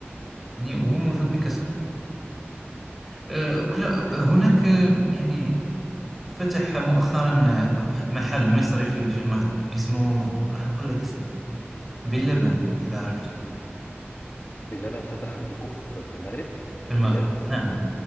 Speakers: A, in the centre; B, on the left (about 50°).
A: يعني
B: امم
A: وهو موجود بكثرة آه، أكلا
B: حلو
A: آه، هناك آه، يعني فتح مؤخرا آه، واحد محل مصري في في المغرب اسمه راح أقول لك اسمه باللبن إذا عرفته
B: بلبن فتح عندكم في في المغرب
A: في المغرب
B: بجد
A: نعم